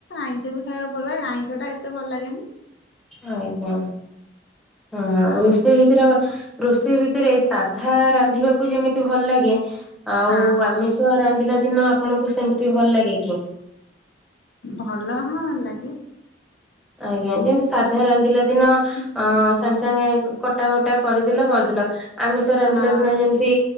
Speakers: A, on the left; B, in the centre.
A: ଆଇଁଷ ବି ଖାଇବାକୁ ଭଲ ଲାଗେ ଆଇଁଷ ଟା ଏତେ ଭଲ ଲାଗେନି।
B: ଆଉ କଣ ହଁ
A: ଆଉ
B: ରୋଷେଇ ଭିତରେ ରୋଷେଇ ଭିତରେ ସାଧା ରାନ୍ଧିବାକୁ ଯେମିତି ଭଲ ଲାଗେ ଆଉ
A: ହଁ
B: ଆମିଷ ରାନ୍ଧିଲା ଦିନ ଆପଣଙ୍କୁ ସେମିତି ଭଲ ଲାଗେ କି?
A: ଭଲ ହଁ ଲାଗେ।
B: ଆଜ୍ଞା ଯେମିତି ସାଧା ରାନ୍ଧିଲା ଦିନ
A: ହୁଁ
B: ଅ ସାଙ୍ଗେ ସାଙ୍ଗେ କ ଟା ବଟା କରିଦେଲ କରିଦେଲ। ଆମିଷ ରାନ୍ଧିଲା
A: ହଁ
B: ଦିନ ଯେମିତି